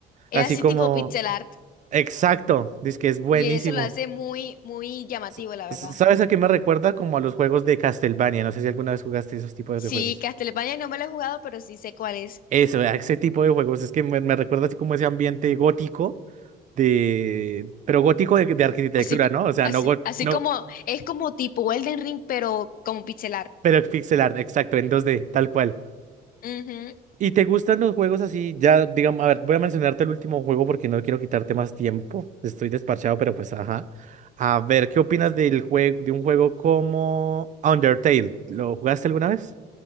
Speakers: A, on the left; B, on the right.
A: Es
B: así
A: así
B: como.
A: tipo pixel art.
B: Exacto, dice que es buenísimo.
A: Y eso lo hace muy, muy llamativo,
B: S-
A: la verdad.
B: s- ¿Sabes a qué me recuerda? Como a los juegos de Castlevania. No sé si alguna vez jugaste esos tipos
A: Sí,
B: de juegos.
A: Castlevania no me lo he jugado, pero sí sé cuál es.
B: Eso, ¿verdad? ese tipo de juegos, es que me, me recuerda así como ese ambiente gótico de, pero gótico de, de arquitectura,
A: Así que,
B: ¿no? O sea,
A: así,
B: no got-
A: así
B: no,
A: como, es como tipo Elden Ring, pero como pixelar.
B: pero pixel art, exacto, en dos d tal cual.
A: Ujú.
B: ¿Y te gustan los juegos así? Ya, digamos, a ver, voy a mencionarte el último juego porque no quiero quitarte más tiempo. Estoy desparchado, pero pues, ajá. A ver, ¿qué opinas del juego, de un juego como Undertale? ¿Lo jugaste alguna vez?